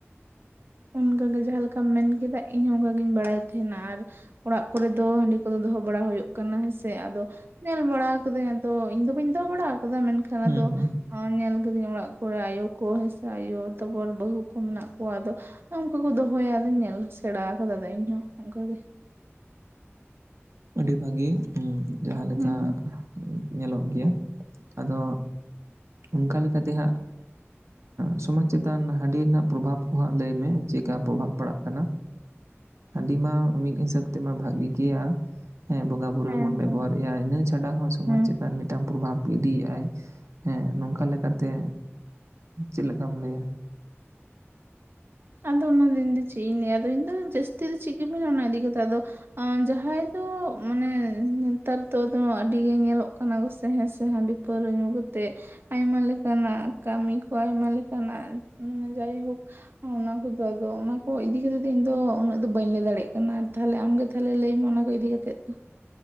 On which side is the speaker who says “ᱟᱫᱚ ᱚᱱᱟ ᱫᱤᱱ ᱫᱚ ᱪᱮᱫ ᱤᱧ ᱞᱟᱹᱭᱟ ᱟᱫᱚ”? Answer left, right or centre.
Right